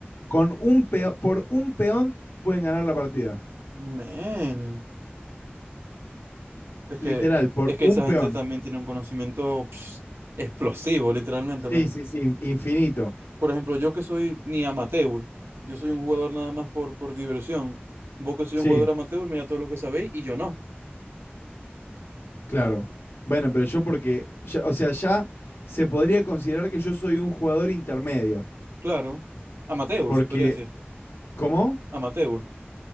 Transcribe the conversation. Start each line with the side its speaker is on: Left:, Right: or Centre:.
Left: con un peo- por un peón pueden ganar la partida.
Right: Men. Es que,
Left: Literal, por
Right: es que
Left: un
Right: esa
Left: peón.
Right: gente también tiene un conocimiento pf, explosivo, literalmente,
Left: Sí,
Right: men.
Left: sí, sí, in- infinito.
Right: Por ejemplo, yo que soy ni amateur, yo soy un jugador nada más por, por diversión. Vos que soy
Left: Sí,
Right: un jugador amateur, mira todo lo que sabéis y yo no.
Left: claro. Bueno, pero yo porque, ya- o sea, ya se podría considerar que yo soy un jugador intermedio.
Right: Claro. Amateur,
Left: Porque,
Right: se podría decir.
Left: ¿cómo?
Right: Amateur.